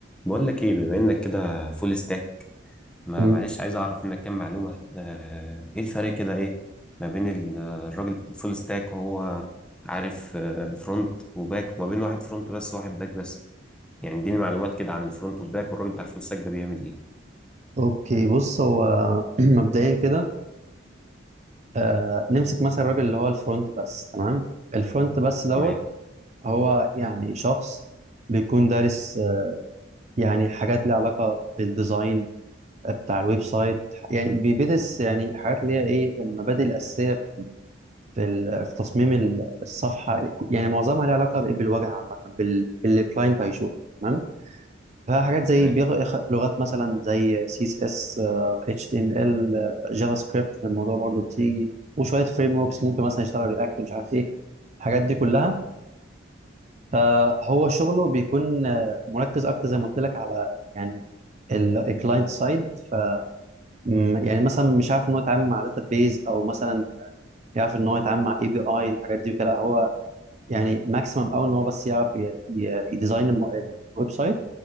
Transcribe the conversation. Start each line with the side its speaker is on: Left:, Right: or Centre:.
Centre: بقول لك ايه بما انك كده فول ستاك ما
Right: مم.
Centre: معلش عايز اعرف منك كام معلومه آه، ايه الفرق كده ايه ما بين ال- الراجل فول ستاك وهو عارف فرونت وباك وما بين واحد فرونت بس وواحد باك بس يعني اديني معلومات كده عن الفرونت والباك والراجل بتاع الفول ستاك ده بيعمل ايه
Right: اوكي بص هو <clears throat> مبدئيا كده آه نمسك مثلا الراجل اللي هو الفرونت بس تمام الفرونت بس دوت
Centre: تمام
Right: هو يعني شخص بيكون دارس آه، يعني حاجات ليها علاقة بالديزاين بتاع الويب سايت يعني بيدرس يعني حاجات اللي هي ايه المبادئ الأساسية في ال- في تصميم ال- الصفحة يعني معظمها ليها علاقة بإيه؟ بالواجهة عامة بال- باللي الكلاينت هيشوفه تمام فحاجات زي
Centre: تمام
Right: بيغ... يخ- لغات مثلا زي سي اس اس اتش تي ام ال جافا سكريبت في الموضوع برضو بتيجي وشويه فريم وركس ممكن مثلا يشتغل رياكت مش عارف ايه الحاجات دي كلها فهو شغله بيكون آه، مركز اكتر زي ما قلت لك على يعني الكلاينت سايد ف م- يعني مثلا مش عارف ان هو يتعامل مع داتا بيز او مثلا يعرف ان هو يتعامل مع اي بي اي الحاجات دي كده هو يعني ماكسيمم قوي ان هو بس يعرف ي- ي- يديزاين الم- الويب سايت